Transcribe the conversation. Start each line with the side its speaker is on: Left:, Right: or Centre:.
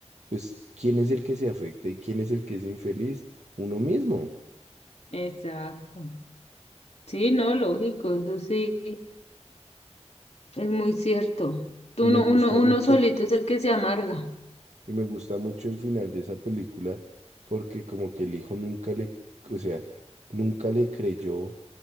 Right: pues, ¿quién es el que se afecta y quién es el que es infeliz? Uno mismo.
Left: Exacto. Sí, no, lógico, eso sí, es muy cierto. Tú
Right: Y me
Left: no-
Right: gusta
Left: uno, uno
Right: mucho,
Left: solito es el que se amarga.
Right: y me gusta mucho el final de esa película, porque como que el hijo nunca le, o sea, nunca le creyó